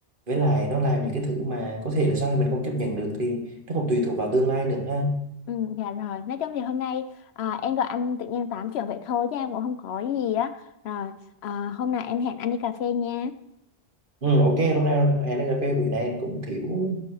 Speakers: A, on the right; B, on the left.
A: với lại nó làm những cái thứ mà có thể là sau này mình không chấp nhận được thì nó cũng tùy thuộc vào tương lai nữa ha
B: Ừ, dạ rồi, nói chung thì hôm nay à, em gọi anh tự nhiên tám chuyện vậy thôi chứ em cũng không có gì á. Rồi, à, hôm nào em hẹn anh đi cà phê nha.
A: ừ, ok lúc nào hẹn cà phê bữa nay anh cũng thiếu